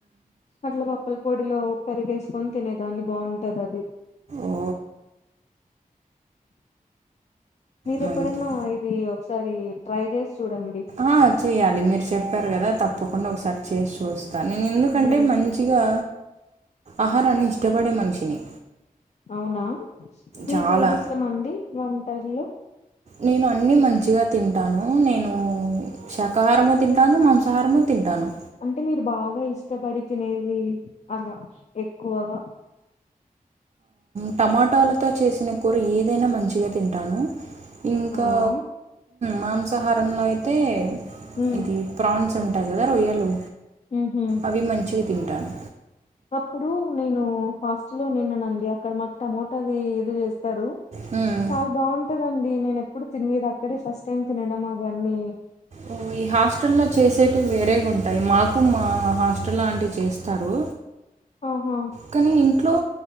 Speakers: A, on the left; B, on the right.
A: అట్లా పప్పుల్ పొడిలో పెరిగేసుకొని తినేదాన్ని బాగుంటది అది <inaudible>
B: ఓ
A: మీరు
B: మంచి
A: ఎప్పుడన్నా ఇది ఒకసారి ట్రై చేసి చూడండి
B: ఆ చేయ్యాలి మీరు చెప్పారు కదా తప్పకుండా ఒకసారి చేసి చూస్త నేను ఎందుకంటే
A: ఉమ్,
B: మంచిగా ఆహారాన్ని ఇష్టపడే మనిషిని
A: అవునా మీకు
B: చాలా
A: ఏదిష్టమండి వంటర్లు
B: నేను అన్ని మంచిగా తింటాను నేను శాకాహారము తింటాను మాంసాహారము తింటాను
A: అంటే మీరు బాగా ఇష్టపడి తినేది అలా ఎక్కువగా
B: టమాటాలతో చేసిన కూర ఏదైనా మంచిగా తింటాను ఇంకా
A: అవునా
B: మాంసాహారంలో అయితే
A: ఉమ్,
B: ఇది ప్రాన్స్ ఉంటుంది టది కదా రొయ్యలు
A: ఉహూ
B: అవి మంచిగా తింటాను
A: అప్పుడు నేను హాస్టల్ లో నిన్ననండి అక్కడ మాకు టమోటా అది ఇది చేస్త ారు
B: మ్మ్.
A: చాలా బాగుంటంది దీనిని నేను ఎప్పుడు తినలేదు అక్కడే ఫస్ట్ టైం తినడంమావాని
B: ఓ, ఈ హాస్టల్ లో చేసేటివి వేరే ఉంటాయి మాకు మా హాస్టల్లాంటివి చేస్తారు
A: ఆహా
B: కానీ ఇంట్లో